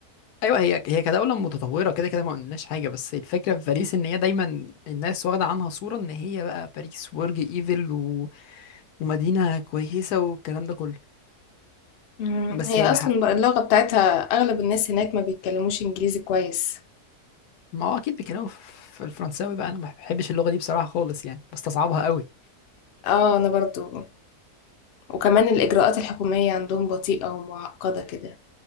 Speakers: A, on the left; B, on the left.
A: ايوه هي هي كدولة متطورة كده كده ما قلناش حاجة بس الفكرة في باريس ان هي دايما الناس واخدة عنها صورة ان هي بقى باريس برج ايفل و... ومدينة كويسة والكلام ده كله
B: مم.
A: بس
B: هي
A: الح...
B: أصلا بقى اللغة بتاعتها أغلب الناس هناك ما بيتكلموش إنجليزي كويس
A: ما هو اكيد بيكلموا ف- في الفرنساوي بقى انا ما بحبش اللغه دي بصراحه خالص يعني بستصعبها قوي
B: اه أنا برضو وكمان الإجراءات الحكومية عندهم بطيئة ومعقدة كده